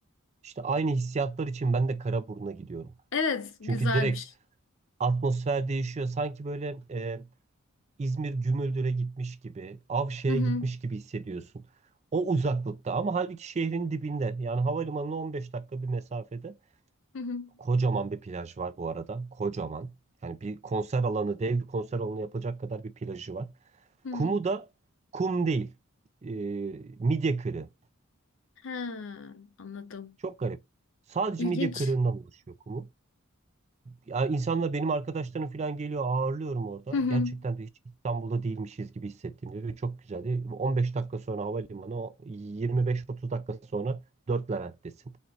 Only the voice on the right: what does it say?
İşte aynı hissiyatlar için ben de Karaburun'a gidiyorum.
Çünkü
direkt atmosfer değişiyor. Sanki böyle e, İzmir Gümüldür'e gitmiş gibi, Avşe'ye
gitmiş gibi hissediyorsun. O uzaklıkta ama halbuki şehrin dibinde yani havalimanına 15 dakika bir mesafede
kocaman bir plaj var bu arada. Kocaman. Yani bir konser alanı, dev bir konser alanı yapacak kadar bir plajı var.
Kumu da kum değil. e, midye kırığı.
Çok garip. Sadece
midye kırığından oluşuyor kumu. Ya insanla benim arkadaşlarım falan geliyor ağırlıyorum orada.
Gerçekten de hiç İstanbul'da değilmişiz gibi hissettim diyor. Ve Çok güzeldi. 15 dakika sonra havalimanı, o 25-30 dakika sonra 4 Levent'tesin.